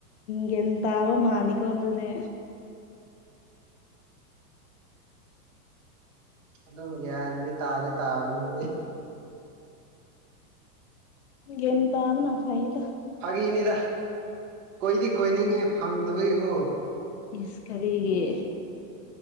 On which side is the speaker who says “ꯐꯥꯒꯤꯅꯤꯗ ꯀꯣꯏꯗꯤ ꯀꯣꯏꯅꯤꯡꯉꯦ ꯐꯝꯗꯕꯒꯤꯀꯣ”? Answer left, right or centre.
Right